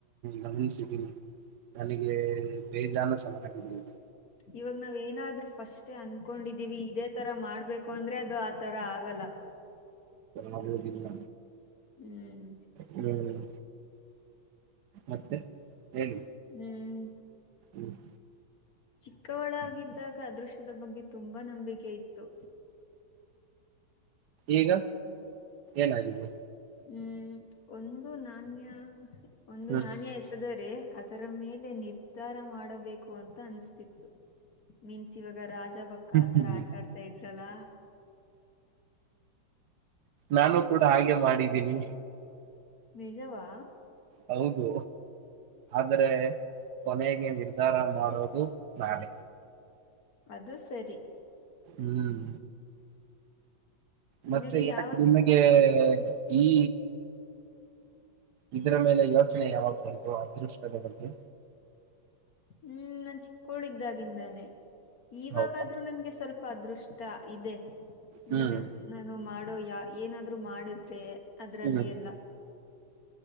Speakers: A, on the right; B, on the left.
A: ಗಮನಿಸಿದ್ದೀನಿ ನನಗೆ ಬೇಜಾನ ಸಮಲ ಹಗಿಬಹದು
B: ಇವಾಗ ನಾವ್ ಏನಾದ್ರು ಫಸ್ಟೇ ಅನ್ಕೊಂಡಿದ್ದೀವಿ ಇದೇ ಆ ತರ ಮಾಡ್ಬೇಕು ಅಂದ್ರೆ ಅದು ಆತರ ಆಗಲ್ಲ
A: ಆಗುದಿಲ್ಲ
B: ಹ್ಮ್
A: ಹ್ಮ್ ಮತ್ತೆ ಹೇಳಿ
B: ಹ್ಮ್
A: ಹ್ಮ್
B: ಚಿಕ್ಕವಳಗಿದ್ದಾಗ ಅದೃಶ್ಯದ ಬಗ್ಗೆ ತುಂಬಾ ನಂಬಿಕೆ ಇತ್ತು
A: ಈಗ ಏನಾಗಿದ್ದು
B: ಹ್ಮ್ ಒಂದು ನಾಣ್ಯ ಒಂದು
A: ಹ್ಮ್
B: ನಾಣ್ಯ ಎಸೆದರೆ ಅದರ ಮೇಲೆ ನಿರ್ಧಾರ ಮಾಡಬೇಕು ಅಂತ ಅನ್ಸ್ತಿತ್ತು ಮೀನ್ಸ್ ಇವಾಗ ರಾಜ ರಜ ಬಕ್ಕ ಆತರ
A: ಹ್ಮ್
B: ಆಟಾಡ್ತಾ ಇದ್ರಲ್ಲ
A: ನಾನು ಕೂಡ ಹಾಗೆ ಮಾಡಿದ್ದೀನಿ
B: ನಿಜವಾ
A: ಹೌದು ಆದರೆ ಕೊನೆಗೆ ನಿರ್ಧಾರ ಮಾಡೋದು ನಳೆ
B: ಅದು ಸರಿ
A: ಹ್ಮ್ ಮತ್ತೆ
B: ನಿನಗೆ
A: ಯಾಕೆ
B: ಯಾವತ್
A: ನಿಮಗೆ ಈ ಇದರ ಮೇಲೆ ಯೋಚನೆ ಯಾವಾಗ ಬಂತು ಅದೃಷ್ಟದ ಬಗ್ಗೆ
B: ಹ್ಮ್ ನಾನ್ ಚಿಕ್ಕೋಳ ಇದಾಗಿಿಂದಾನನೆ ಇವಾಗಾದ್ರೂ
A: ಹೌದಾ
B: ನನ್ಗೆ ಸ್ವಲ್ಪ ಅದೃಷ್ಟ ಇದೆ
A: ಹ್ಮ್
B: ನನ್ನ ನಾನು ಮಾಡ ಯಾ ಏನಾದ್ರು ಮಾಡುದ್ರೆ ಅದ್ರಲ್ಲಿ
A: ಹ್ಮ್
B: ಎಲ್ಲ